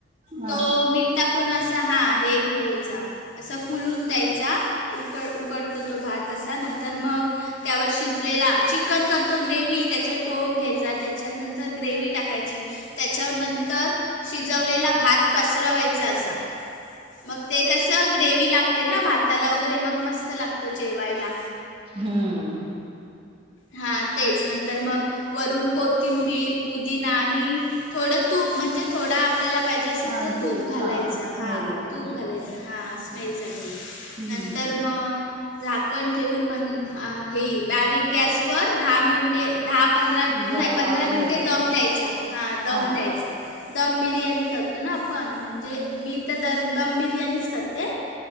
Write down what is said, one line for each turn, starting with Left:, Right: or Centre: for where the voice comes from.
Right: हा
Left: तो मीठ टाकून असं हा हेट होयचा असं फुलून द्यायचा त्या उकड उकडतो तो भात असा नंतर, मग त्यावर शिजलेला चिकन करत तो ग्रेव्ही त्याच्या टोप घ्यायचा. त्याच्यातनंतर ग्रेव्ही टाकायची. त्याच्या नंतर शिजवलेला भात पसरावाय सा सा मग ते कसं ग्रेव्ही लागते ना, भाताला वगैरे मग मस्त लागत जेवायला.
Right: हम्म.
Left: हा तेच नंतर मग वरून कोथिंबीर, पुदिना आणि थोडं तूप म्हणजे थोडा आपल्याला पाहिजे असेल
Right: हा
Left: तर तूप घालायचं,
Right: हा स्मेल
Left: हा
Right: ला हम्म
Left: तूप घालायचं, हा स्मेल साठी
Right: हम्म
Left: नंतर तर मग झाकण ठेवून मण हा हे बारीक गॅसवर दहा मिनट ते दहा पंधरा नाही
Right: जरा
Left: पंधरा
Right: वाफ
Left: मिनटे
Right: घ्यायला
Left: दम द्यायचा. हां दम
Right: हा
Left: द्यायचा. दम बिर्याणी करतो ना, आपण म्हणजे मी तर दन दम बिर्याणीच करते.